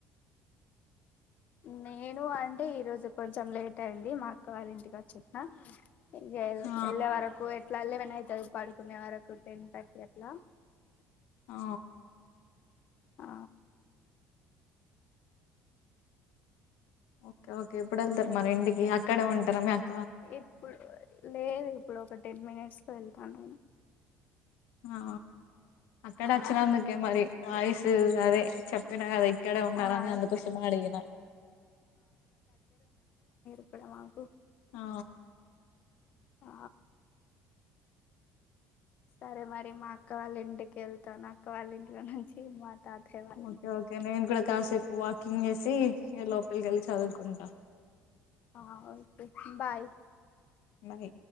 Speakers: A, on the left; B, on the left.
A: నేను అంటే ఈరోజు కొంచెం లేట్ అయింది మా అక్క వాళ్ళ ఇంటికి వచ్చున్న వెళ్
B: ఆ
A: వెళ్ళే వరకు ఎట్లా వెళ్ళవేనై తెలీదు పడుకునే వరకు టెన్ థర్టీ అట్లా
B: ఆ
A: ఆ.
B: ఓకే ఓకే ఎప్పుడు వెళ్తారు మరి ఇంటికి అక్కడే ఉంటారా మీ అక్
A: ఇప్పుడు లేదుప్ ఇప్పుడు ఒక టెన్ మినిట్స్ లో వెళ్తాను
B: ఆ అక్కడ వచ్చినందుకే
A: ఆ
B: మరి వాయిసు అదే చెప్పినా కదా ఇక్కడే ఉన్డలని
A: ఆ
B: అందుకోసమే అడిగినా
A: ఇక్కడ మాకు
B: ఆ
A: ఆ సరే మరి మా అక్క వాళ్ళ ఇంటికి వెళ్తా నా వాల్ ఇంట్లో నుంచి మా తాతయ్య వాళ్ళ
B: ఓకే
A: ఇంటికి
B: ఓకే నేను కూడా కాసేపు వాకింగ్ చేసి ఏ లోపలికి ఎల్లి చదువుకున్
A: ఆ ఓకే బాయ్
B: మోనీ